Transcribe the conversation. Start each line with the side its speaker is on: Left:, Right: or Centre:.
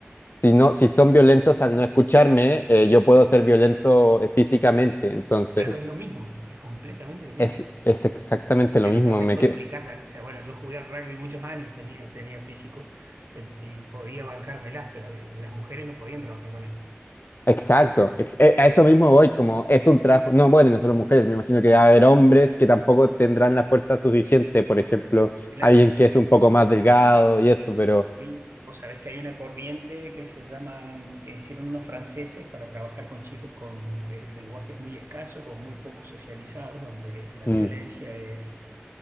Left: si no, si son violentos al no escucharme, eh, yo puedo ser violento eh, físicamente. Entonces,
Right: Claro, es lo mismo, es completamente lo mismo.
Left: es, es exactamente lo
Right: Pero
Left: mismo.
Right: no te
Left: Me
Right: puedo
Left: que...
Right: explicar, la- o sea, bueno, yo jugué al rugby muchos años, tenía, tenía físico eh, y podía bancármelas, pero eh, las mujeres no podían trabajar con él.
Left: Exacto, ex- eh, a eso mismo voy, como es un trabajo, no, bueno, y no solo mujeres, me imagino que va a haber hombres que tampoco tendrán la fuerza suficiente, por ejemplo,
Right: Claro,
Left: alguien que es un poco más delgado y eso, pero...
Right: Y vos sabés que hay una corriente que se llama, mm, que hicieron unos franceses para trabajar con chicos con eh, lenguajes muy escasos o muy poco socializados, donde la
Left: mm,
Right: violencia es